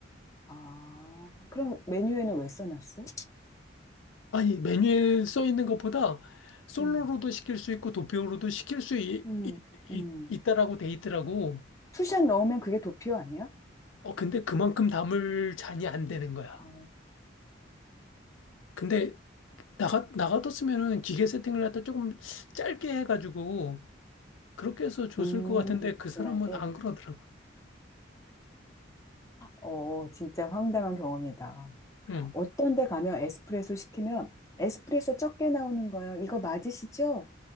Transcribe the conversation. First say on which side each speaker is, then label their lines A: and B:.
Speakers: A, on the left; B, on the left.
A: 아, 그럼 메뉴에는 왜 써놨어?
B: 아니, 메뉴에 써 있는 것보다 솔로로도
A: 음,
B: 시킬 수 있고 도피오로도 시킬 수 있,
A: 음, 음.
B: 있다라고 돼 있더라고.
A: 투샷 넣으면 그게 도피오 아니야?
B: 어, 근데 그만큼 담을 잔이 안 되는 거야.
A: 아,
B: 근데 나가 나가뒀으면은 기계 세팅을 갖다 조금 짧게 해가지고 그렇게 해서 줬을
A: 음,
B: 것 같은데 그
A: 진하게.
B: 사람은 안 그러더라고.
A: 어, 진짜 황당한 경험이다.
B: 응.
A: 어떤 데 가면 에스프레소 시키면 에스프레소 적게 나오는 거요. 이거 맞으시죠?